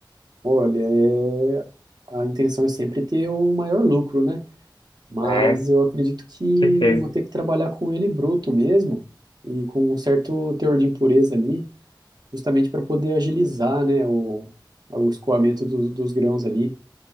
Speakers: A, on the right; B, on the left.
A: Olha, é... a intenção é sempre ter o maior lucro, né? Mas
B: É, com
A: eu acredito que
B: certeza.
A: eu vou ter que trabalhar com ele bruto mesmo e com um certo teor de impureza ali, justamente para poder agilizar, né, o, o escoamento dos, dos grãos ali